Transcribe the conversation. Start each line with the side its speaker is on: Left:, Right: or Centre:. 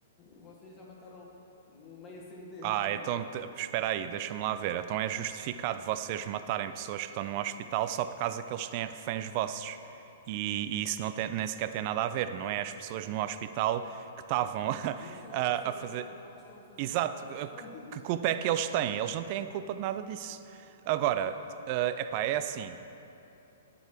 Left: vocês já mataram meia centena.
Right: Ah, então te- espera aí, deixa-me lá ver. Então é justificado vocês matarem pessoas que estão no hospital só por causa que eles têm reféns vossos. E, e isso não tem, nem sequer tem nada a ver, não é as pessoas no hospital que estavam <laughs>
Left: Não são
Right: a,
Left: as pessoas
Right: a fazer.
Left: no hospital que estão a fazer
Right: Exato,
Left: dos outros
Right: que,
Left: reféns.
Right: que culpa
Left: <laughs>
Right: é que eles têm? Eles não têm culpa de nada disso. Agora,
Left: Yeah.
Right: é eh, epá, é assim.